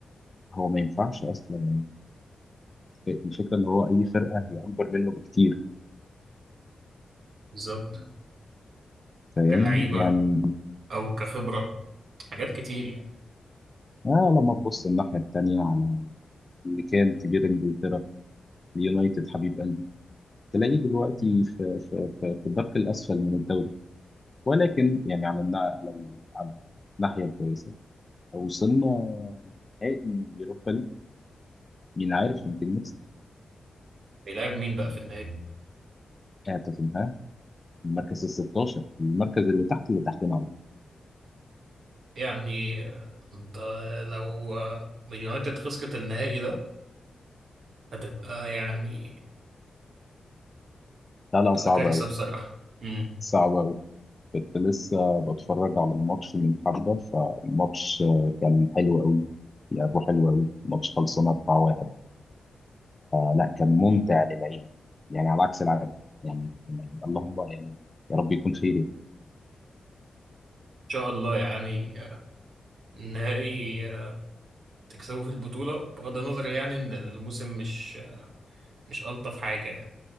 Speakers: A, on the left (about 30°); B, on the right (about 80°).
A: هو ما ينفعش اصلا يعني الفكره ان هو اي فرقه هي اكبر منه بكتير
B: بالظبط
A: فاهم
B: كلعيبة
A: يعني
B: او كخبرة حاجات كتير يعني
A: آه لما تبص الناحية التانية على اللي كان كبير إنجلترا اليونايتد حبيب قلبي تلاقيه دلوقتي
B: <laughs>
A: في في في, في الدرك الأسفل من الدوري ولكن يعني على النا... على ال... على الناحية الكويسة وصلنا نهائي يوروبا ليج مين عارف يمكن نكسب
B: بيلعب مين بقى في النهائي
A: آه توتنهام المركز ال 16 المركز اللي تحت اللي تحتنا أوي
B: يعني آه، انت لو آه، يونايتد خسرت النهائي ده هتبقى يعني
A: لا لا
B: هتبقى
A: صعب
B: كارثة
A: أوي
B: بصراحة مم. ان
A: صعب أوي كنت لسه بتفرج على الماتش من حبة فالماتش آه، كان حلو أوي لعبه حلو أوي الماتش خلصنا 4-1 فلا كان ممتع للعين يعني على عكس العادة يعني يعني اللهم يعني يا رب يكون خير يعني.
B: شاء الله يعني آه، النهائي تكسبه في البطولة بغض النظر يعني إن الموسم مش مش ألطف حاجة يعني